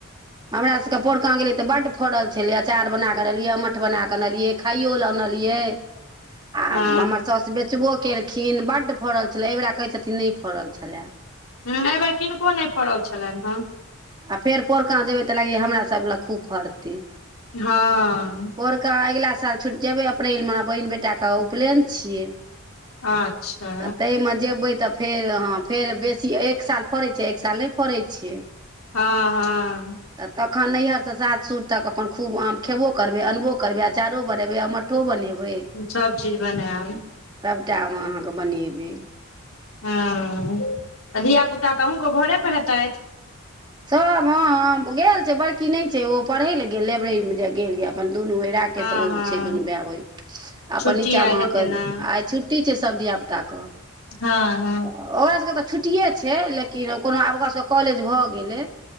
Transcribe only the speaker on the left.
हँ
ह एहि बेेर किनको नहि फड़ल छलनि हेँ
हँ
हँ अच्छा
हँ हँ
सब चीज बनायब
हँ तऽ धियापुता तऽ अहुके घरे पर हेतैथ
हँ
हँ
छुट्टी
आइ
हेतै
ने
हँ हँ